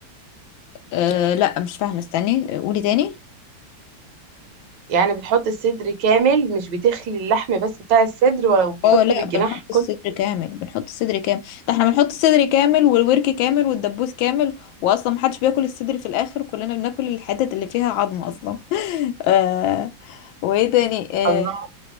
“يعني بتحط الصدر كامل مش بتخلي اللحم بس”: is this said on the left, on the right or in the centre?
Right